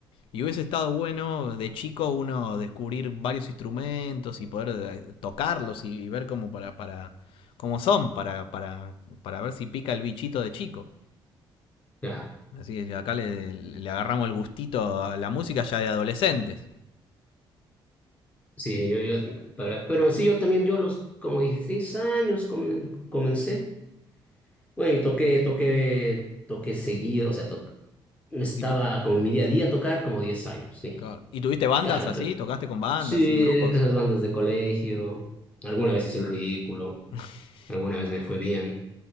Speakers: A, on the left; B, on the left.
A: y hubiese estado bueno de chico uno descubrir varios instrumentos y poder eh, tocarlos y, y ver cómo para, para cómo son para, para, para ver si pica el bichito de chico.
B: Claro,
A: Así es, acá le, le agarramos el gustito a la música ya de adolescentes.
B: sí, yo, yo, pero, pero sí, yo también, yo a los como 16 años comen- comencé. Güey, toqué, toqué, toqué seguido, o sea, to- estaba
A: ¿Y, tu-
B: como en mi día a día tocar como 10 años, sí.
A: Claro. y tuviste bandas
B: Claro,
A: así?
B: pero
A: ¿Tocaste con bandas,
B: sí, que
A: así, en grupos?
B: esas bandas de colegio, alguna vez hice el ridículo,
A: <laughs>
B: alguna vez me fue bien.